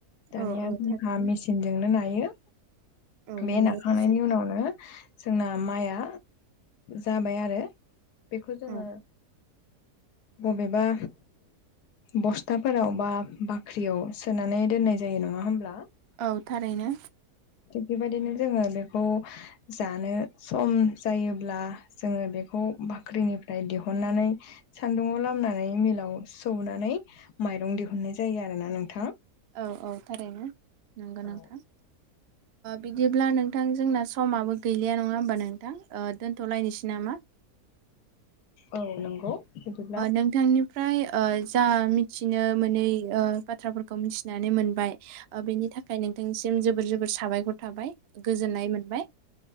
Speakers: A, on the left (about 80°); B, on the right (about 65°).
A: दानिया
B: औ औ
A: जोंहा
B: थारैनो।
A: मेचिनजोंनो नायो।
B: औ
A: बे
B: नंगौ
A: नाखांनायनि
B: थारैनो
A: उनावनो जोंना माइआ जाबाय आरो बेखौ जोङो
B: औ।
A: मबेबा बस्थाफोराव बा बाख्रियाव सोनानै दोननाय जायो नङा होमब्ला
B: औ थारैनो।
A: बेबायदिनो जोङो बेखौ जानो सम जायोब्ला जोङो बेखौ बाख्रिनिफ्राय दिहु ननानै सान्दुङाव लामनानै मिलाव सौनानै माइरं दिहुननाय जायो आरोना नोंथां।
B: औ औ थारैनो नोंगो
A: औ
B: नोंथां।
A: <inaudible>
B: बिदिब्ला नोंथां जोंना समाबो गैलिया नङा होमबा नोंथां दोन्थ'लायनोसै नामा?
A: औ नंगौ बिदिब्ला
B: नोंथांनिफ्राय आ जा मिथिनो मोनै बाथ्राफोरखौ मिथिनानै मोनबाय बेनि थाखाय नोंथांनिसिम जोबोर जोबोर साबायखर थाबाय गोजोननाय मोनबाय।